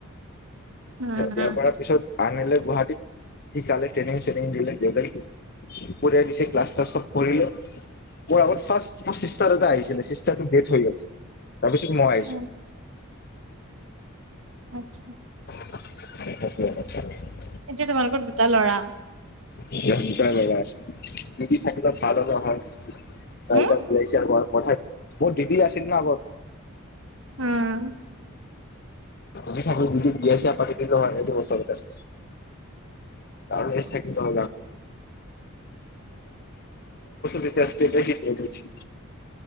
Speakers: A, on the right; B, on the left.
A: উম, উম।
B: বিয়া পাৰা পিছত <unintelligible> আনিলে গুৱাহাটীত সিকালে ট্ৰেইনিং চেইনিং দিলে দেওবাৰী কঢিয়াই দিছে ক্লাছ চব কৰিলে মোৰ আগত ফাৰ্ষ মোৰ চিষ্টাৰ এটা আহিছিলে চিষ্টাৰটো ডেথ হৈ গল তাৰপিছত মই আহিছো
A: উম, আচ্ছা।
B: ধীয়া কথা <unintelligible>
A: এতিয়া তোমালোকৰ দুটা ল'ৰা।
B: তিয়া দুটাই লৰা আছে <unintelligible> নহয় <unintelligible> কাইটা
A: উম,
B: প <unintelligible> ঠ মোৰ দিদি আছিল ন আগত
A: উম <inaudible>
B: যি থাকে যদি বিয়া ছিয়াপাতি দিল হয় এইটো বছৰতে <inaudible> <unintelligible> ছয় বছৰ যেতি আ এটাই সি